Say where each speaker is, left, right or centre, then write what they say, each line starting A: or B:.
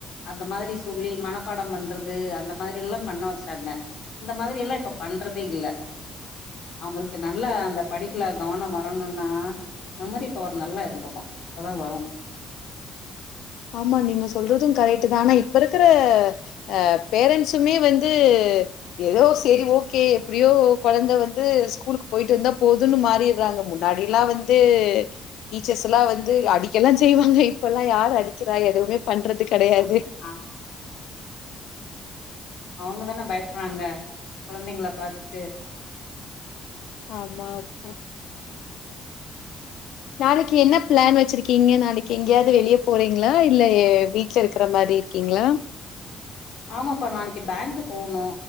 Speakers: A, on the left; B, on the left.
A: அந்த மாதிரி சொல்லி மனப்பாடம் பண்றது அந்த மாதிரி எல்லாம் பண்ண வச்சாங்க இந்த மாதிரி எல்லாம் இப்ப பண்றதே இல்ல அவங்களுக்கு நல்லா அந்த படிப்புல கவனம் வரணுன்னா மெமரி பவர் நல்லா இருக்கணு அதா வரு
B: ஆமா நீங்க சொல்றதும் கரெக்ட்டுதா ஆனா இப்ப இருக்கிற அஹ் பேரண்ட்ஸுமே வந்து ஏதோ செரி ஓகே எப்டியோ கொழந்தை வந்து ஸ்கூலுக்கு போயிட்டு வந்தா போதுன்னு மாறிடுறாங்க முன்னாடி எல்லா வந்து டீச்சர்ஸ் எல்லா வந்து அடிக்கல்லா செய்வாங்க இப்பல்லாம் யார் அடி க்கிறா எதுவுமே பண்றது கெடையாது
A: அ அ அவங்கதான பயப்பட்றாங்க கொழந்தைங்கள பாத் ட்டு
B: ஆமா ஆமா நாளைக்கு என்ன பிளான் வச்சிருக்கீங்க நாளைக்கு எங்கயாவது வெளியே போறீங்களா இல்ல வீட்ல இருக்கற மாரி இருக்கீங்களா
A: ஆமாப்பா நாளைக்கு பேங்க் போகணு